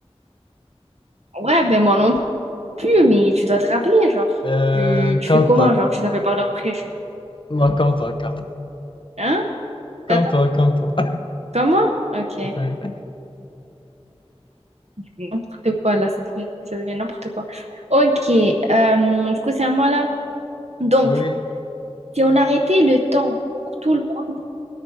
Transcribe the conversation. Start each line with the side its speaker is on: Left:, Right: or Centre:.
Right: Ouais, ben moi non plus, mais tu dois te rappeler, genre.
Left: Euh,
Right: Tu, tu
Left: comme
Right: fais comment,
Left: toi.
Right: genre, tu t'appelles par leur prénom?
Left: Non, comme toi, comme
Right: Hein?
Left: comme
Right: T'attends?
Left: toi, comme toi. <laughs>
Right: Comme moi? Ok.
Left: Ouais.
Right: N'importe quoi, là, ça devient, ça devient n'importe quoi. Ok, euh, du coup, c'est à moi, là. Donc,
Left: Oui.
Right: si on arrêtait le temps pour tout le monde,